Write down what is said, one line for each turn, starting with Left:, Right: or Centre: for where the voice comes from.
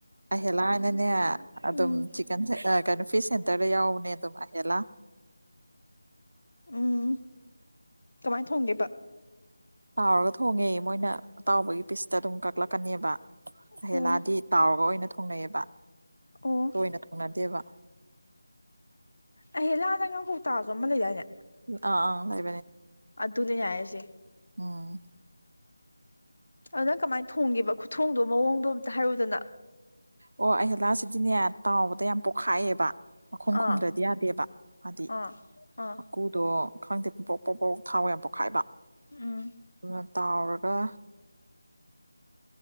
Right: ꯑꯩꯍꯦꯂꯥꯅꯅꯦ ꯑꯗꯨꯝ
Left: ꯎꯝ
Right: ꯆꯤꯛꯀꯟ ꯁꯦꯟꯇꯔ ꯑ ꯀꯩꯅꯣ ꯐꯤꯁ ꯁꯦꯟꯇꯔꯗ ꯌꯥꯎꯕꯅꯦ ꯑꯗꯨꯝ ꯑꯍꯦꯂꯥ
Left: ꯎꯝ ꯀꯃꯥꯏ ꯊꯣꯡꯒꯦꯕ
Right: ꯇꯥꯎꯔꯒ ꯊꯣꯡꯉꯦ ꯃꯣꯏꯅ ꯑꯇꯥꯎꯕꯒꯤ ꯄꯤꯁꯇ ꯑꯗꯨꯝ ꯀꯛꯂꯛꯀꯅꯦꯕ ꯑꯍꯦꯂꯥꯗꯤ
Left: ꯑꯣ
Right: ꯇꯥꯎꯔꯒ ꯑꯣꯏꯅ ꯊꯣꯡꯅꯩꯑꯕ
Left: ꯑꯣ
Right: ꯇꯣꯏꯅ ꯊꯣꯡꯅꯗꯦꯕ
Left: ꯑꯩꯍꯦꯂꯥꯅ ꯉꯥ ꯀꯧꯇꯥ ꯑꯃ ꯂꯩꯗꯥꯏꯅꯦ
Right: ꯑ ꯑ ꯂꯩ
Left: ꯑꯗꯨꯅꯦ ꯌꯥꯌꯦꯁꯦ
Right: ꯑꯝ
Left: ꯑꯗ ꯅꯪ ꯀꯃꯥꯏꯅ ꯊꯣꯡꯒꯦꯕ ꯈꯨꯊꯣꯡꯗꯣ ꯃꯋꯣꯡꯗꯣ ꯑꯝꯇ ꯍꯥꯏꯔꯛꯎꯗꯅ
Right: ꯑꯣ ꯑꯍꯦꯂꯥ ꯁꯤꯗꯤꯅꯦ ꯇꯥꯎꯕꯗ ꯌꯥꯝ ꯄꯣꯛꯈꯥꯏꯑꯦꯕ ꯃꯈꯣꯡ ꯈꯨꯝꯗ꯭ꯔꯗꯤ
Left: ꯑꯥ
Right: ꯌꯥꯗꯦꯕ ꯃꯥꯗꯤ
Left: ꯑꯥ ꯑꯥ
Right: ꯃꯀꯨꯗꯣ ꯈꯪꯗꯦ ꯄꯣꯛ ꯄꯣꯛ ꯄꯣꯛ ꯊꯥꯎ ꯌꯥꯝ ꯄꯣꯛꯈꯥꯏꯕ
Left: ꯎꯝ
Right: <unintelligible> ꯇꯥꯎꯔꯒ